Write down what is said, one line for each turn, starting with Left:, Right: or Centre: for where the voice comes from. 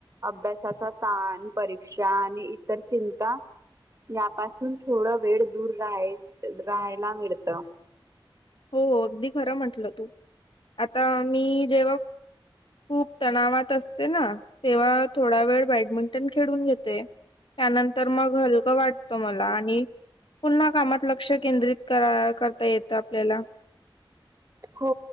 Right: अभ्यासाचा ताण परीक्षा आणि इतर चिंता यापासून थोड वेळ दूर राहाय राहायला मिळत
Left: हो हो अगदी खरं म्हंटलं तू आता मी जेव्हा खूप तणावात असते ना तेव्हा थोडा वेळ बॅडमिंटन खेळून घेते त्यानंतर मग हलकं वाटतं मला आणि पुन्हा कामात लक्ष केंद्रित करा करता येत आपल्याला
Right: हो